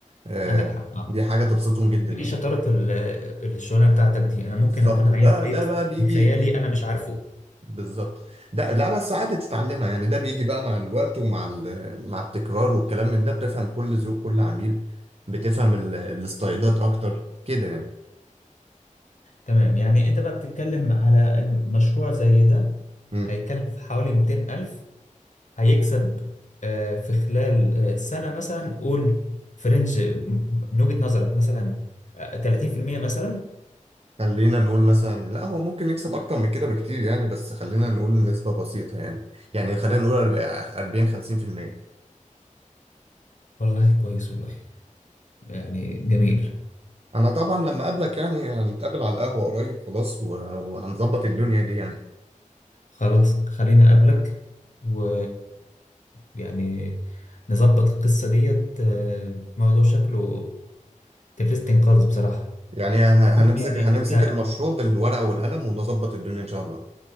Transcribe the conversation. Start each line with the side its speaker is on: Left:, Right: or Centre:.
Right: آه،
Left: عندك حق اه
Right: دي حاجة تبسطهم جدا
Left: دي
Right: يعني
Left: شطاره ال- الشغلانه بتاعتك دي انا ممكن
Right: بالظبط
Left: اكون عايز
Right: ده
Left: بيت
Right: ده بقى بيجي
Left: بخيالي
Right: بيجي
Left: انا مش عارفه
Right: بالظبط ده لا بس عادي تتعلمها يعني ده بيجي بقى مع الوقت ومع ال- مع التكرار والكلام من ده بتفهم كل ذوق كل عميل بتفهم ال- الستايلات اكتر كده يعني
Left: تمام يعني انت بقى بتتكلم على المشروع زي ده
Right: مم.
Left: هيكلف حوالي 200 ألف هيكسب آه، في خلال آه، سنة مثلا قول فرنج من وجهة نظرك مثلا آه، 30% مثلا
Right: خلينا نقول مثلا لا هو ممكن يكسب اكتر من كده بكتير يعني بس خلينا نقول نسبة بسيطة يعني يعني خلينا نقول 40 50%
Left: والله كويس والله يعني جميل
Right: انا طبعا لما اقابلك يعني هنتقابل على القهوة قريب خلاص و- وهنظبط الدنيا دي يعني
Left: خلاص خليني أقابلك و يعني نظبط القصة ديت آه،
Right: مم.
Left: موضوع شكله ترستنج خالص بصراحة
Right: يعني ه- هنمسك
Left: يعني
Right: هنمسك
Left: انت
Right: المشروع بالورقة والقلم ونظبط الدنيا إن شاء الله